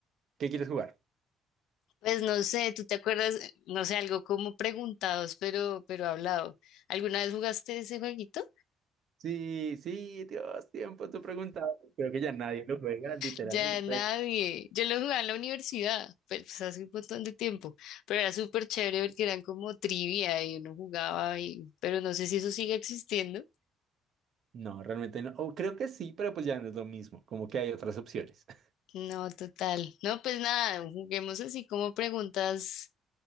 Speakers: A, on the right; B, on the left.
A: ¿qué quieres jugar?
B: Pues no sé, ¿tú te acuerdas? No sé, algo como preguntados, pero, pero hablado. ¿Alguna vez jugaste ese jueguito?
A: Sí, sí, Dios, tiempo, tú preguntabas. Creo que ya nadie lo juega, literal.
B: Ya nadie.
A: pero-
B: Yo lo jugaba en la universidad, pero pues hace un montón de tiempo. Pero era súper chévere porque eran como trivia y uno jugaba y, pero no sé si eso sigue existiendo.
A: No, realmente no. O creo que sí, pero pues ya no es lo mismo, como que hay otras opciones. <laughs>
B: No, total. No, pues nada, juguemos así como preguntas